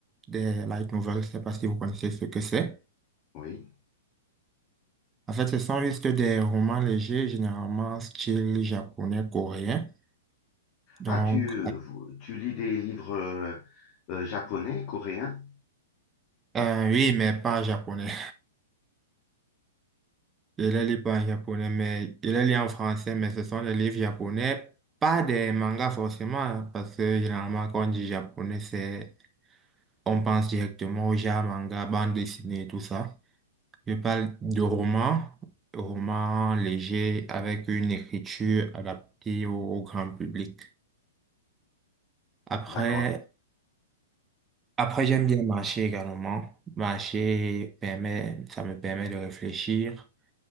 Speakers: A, on the right; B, on the left.
A: des light novels. Je ne sais pas si vous connaissez ce que c'est.
B: Oui.
A: En fait, ce sont juste des romans légers, généralement style japonais, coréen. Donc,
B: Ah, tu, vous- tu lis des livres euh, euh, japonais, coréens?
A: euh, oui, mais pas japonais. Je les lis pas en japonais, mais je les lis en français, mais ce sont des livres japonais, pas des mangas forcément, hein, parce que généralement, quand on dit japonais, c'est, on pense directement aux ja, manga, bande dessinée, et tout ça. Je parle de romans, romans légers avec une écriture adaptée au, au grand public. Après,
B: D'accord.
A: après, j'aime bien marcher également. Marcher permet, ça me permet de réfléchir.